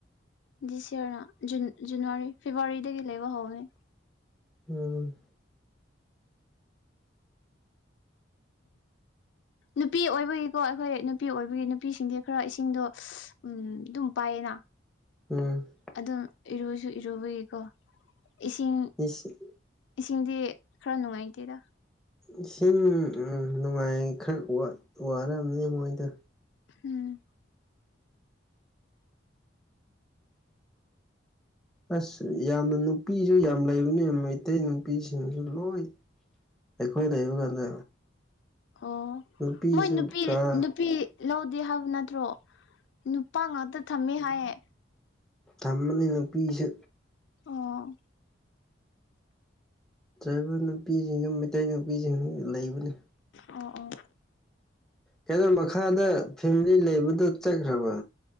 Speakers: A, on the left (about 70°); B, in the centre.
A: ꯗꯤꯁ ꯌꯥꯔꯅ ꯖꯅꯋꯥꯔꯤ ꯐꯦꯕꯋꯥꯔꯤꯗꯒꯤ ꯂꯩꯕ ꯍꯧꯕꯅꯦ
B: ꯎꯝ
A: ꯅꯨꯄꯤ ꯑꯣꯏꯕꯒꯤꯀꯣ ꯑꯩꯈꯣꯏ ꯅꯨꯄꯤ ꯑꯣꯏꯕꯒꯤ ꯅꯨꯄꯤꯁꯤꯡꯗꯤ ꯈꯔ ꯏꯁꯤꯡꯗꯣ ꯎꯝ ꯑꯗꯨꯝ ꯄꯥꯏꯌꯦꯅ
B: ꯎꯝ
A: ꯑꯗꯨꯝ ꯏꯔꯨꯁꯨ ꯏꯔꯨꯕꯒꯤꯀꯣ ꯏꯁꯤꯡ
B: ꯏꯁꯤꯡ
A: ꯏꯁꯤꯡꯗꯤ ꯈꯔ ꯅꯨꯡꯉꯥꯏꯇꯦꯗ
B: ꯏꯁꯤꯡ ꯅꯨꯡꯉꯥꯏ ꯈꯔ ꯋꯥꯔꯝꯅꯦ ꯃꯣꯏꯗꯣ
A: ꯎꯝ
B: ꯑꯁ ꯌꯥꯝꯅ ꯅꯨꯄꯤꯁꯨ ꯌꯥꯝ ꯂꯩꯕꯅꯤ ꯌꯥꯝ ꯃꯩꯇꯩ ꯅꯨꯄꯤꯁꯤꯡꯁꯨ ꯂꯣꯏ ꯑꯩꯈꯣꯏ ꯂꯩꯕ ꯀꯥꯟꯗ
A: ꯑꯣ
B: ꯅꯨꯄꯤꯁꯨ
A: ꯃꯣꯏ ꯅꯨꯄꯤ
B: ꯀꯥ
A: ꯅꯨꯄꯤ ꯂꯧꯗꯦ ꯍꯥꯏꯕ ꯅꯠꯇ꯭ꯔꯣ ꯅꯨꯄꯥ ꯉꯥꯛꯇ ꯊꯝꯃꯦ ꯍꯥꯏꯌꯦ
B: ꯊꯝꯝꯕꯅꯤ ꯅꯨꯄꯤꯁꯨ
A: ꯑꯣ
B: ꯇ꯭ꯔꯥꯏꯕꯔ ꯅꯨꯄꯤꯁꯤꯡꯁꯨ ꯃꯩꯇꯩ ꯅꯨꯄꯤꯁꯤꯡ ꯂꯩꯕꯅꯤ
A: ꯑꯣ ꯑꯣ
B: ꯀꯩꯅꯣ ꯃꯈꯥꯗ ꯐꯦꯃꯤꯂꯤ ꯂꯩꯕꯗꯨꯣ ꯆꯠꯈ꯭ꯔꯕ